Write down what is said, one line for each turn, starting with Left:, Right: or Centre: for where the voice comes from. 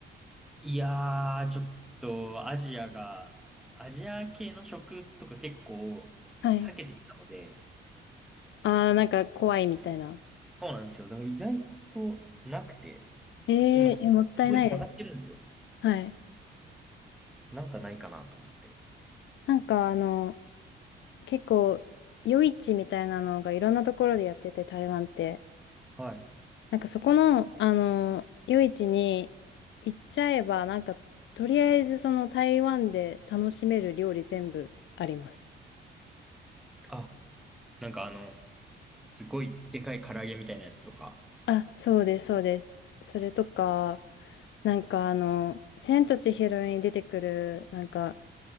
Centre: いやー、ちょっとアジアが、アジア系の食とか結構避けてきたので、
Left: はい。ああ、なんか怖いみたいな。
Centre: そうなんですよ。だから意外となくて、
Left: ええ、
Centre: 今すごい下がってるんですよ。
Left: いやもったいないです。はい。
Centre: なんかないかなと思って。
Left: なんかあの、結構、夜市みたいなのがいろんなところでやってて、台湾って。
Centre: はい。
Left: なんかそこの、あの、夜市に行っちゃえば、なんか、とりあえずその台湾で楽しめる料理全部あります。
Centre: あ、なんかあの、すごいでかい唐揚げみたいなやつとか。
Left: あ、そうです、そうです。それとか、なんかあの、千と千尋に出てくる、なんか、